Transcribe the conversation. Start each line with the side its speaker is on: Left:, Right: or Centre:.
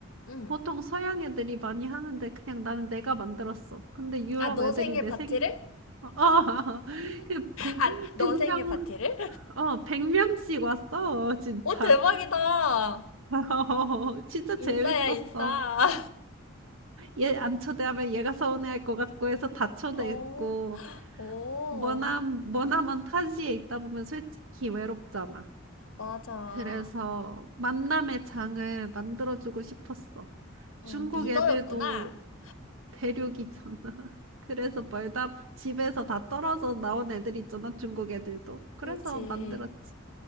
Left: 응.
Right: 보통 서양 애들이 많이 하는데 그냥 나는 내가 만들었어. 근데 유럽
Left: 아, 너
Right: 애들이
Left: 생일
Right: 내
Left: 파티를?
Right: 생일 <laughs> 아 그
Left: 아, 너
Right: 백
Left: 생일
Right: 명
Left: 파티를?
Right: 어 100명씩 왔어. 진짜.
Left: 오, 대박이다.
Right: <laughs> 진짜 재밌었어.
Left: 인싸야, 인싸.
Right: 얘 안 초대하면 얘가 서운해할 것 같고 해서 다 초대했고
Left: 오, 오,
Right: 머남 머나먼 타지에 있다 보면 솔직히 외롭잖아.
Left: 맞아.
Right: 그래서 만남의 장을 만들어주고 싶었어. 중국
Left: 어, 리더였구나.
Right: 애들도 대륙이잖아. <laughs> 그래서 멀다 집에서 다 떨어져 나온 애들 있잖아. 중국 애들도. 그래서
Left: 그지.
Right: 만들었지.